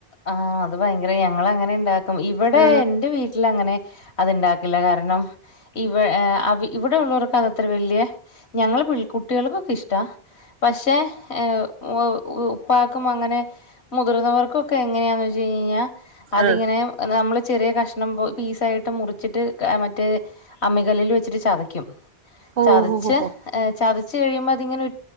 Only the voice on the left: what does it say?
ആഹ അത് ഭയങ്കരം ഞങ്ങള് അങ്ങനെ ഇണ്ടാക്കും ഇവിടെ
എന്റെ വീ ട്ട്ല് അങ്ങനെ അത്ണ്ടാക്കില്ല കാരണം ഇവ ഏഹ് അവി ഇവിടെ ഉള്ളവർക്ക് അത്ര വലിയ ഞങ്ങൾ കുട്ടികൾക്കൊക്കെ ഇഷ്ട പക്ഷേ ഏഹ് വ ഉപ്പാക്കും അങ്ങനെ മുതിർന്നവർക്കും ഒക്കെ എങ്ങനെയാന്ന് വെച്ച് കഴിഞാ അതിങ്ങനെ
നമ്മള് ചെറിയ കഷ്ണം പോ പീസായിട്ട് മുറിച്ചിട്ട് മറ്റേ അമ്മികല്ലില് ഇച്ചിരിച് ചതക്കും
ചതച്ച്
ഏ ചതച്ചു കഴിയുമ്പോ അതിങ്ങനെ